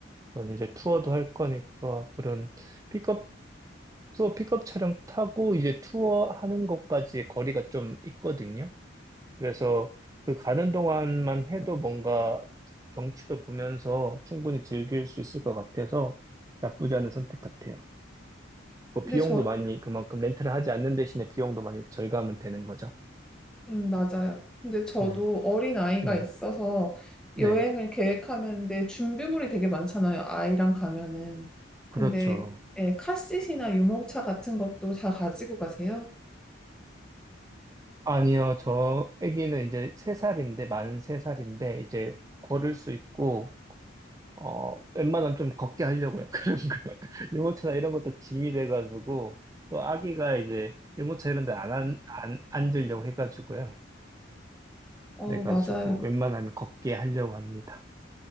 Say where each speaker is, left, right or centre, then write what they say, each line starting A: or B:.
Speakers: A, on the right (about 15°); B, in the centre.
A: 저는 이제 투어도 할 거니까, 그런 픽업, 투어 픽업 차량 타고 이제 투어 하는 것까지 거리가 좀 있거든요. 그래서 그 가는 동안만 해도 뭔가 경치도 보면서 충분히 즐길 수 있을 것 같아서 나쁘지 않은 선택 같아요. 뭐
B: 근데
A: 비용도 많이 그만큼 렌트를 하지 않는 대신에 비용도 많이 절감은 되는 거죠.
B: 음, 맞아요. 근데 저도
A: 네.
B: 어린 아이가
A: 네,
B: 있어서
A: 네,
B: 여행을 계획하는데 준비물이 되게 많잖아요. 아이랑 가면은.
A: 그렇죠.
B: 근데 예, 카시트나 유모차 같은 것도 다 가지고 가세요?
A: 아니요, 저 아기는 이제 세살인데만 세살인데 이제 걸을 수 있고, 어, 웬만하면 좀 걷게 하려고요. <laughs> 그런 거. 유모차나 이런 것도 짐이 돼가지고, 또 아기가 이제 유모차 이런 데 안, 안, 안 앉으려고 해가지고요.
B: 어,
A: 그래가지고
B: 맞아요.
A: 웬만하면 걷게 하려고 합니다.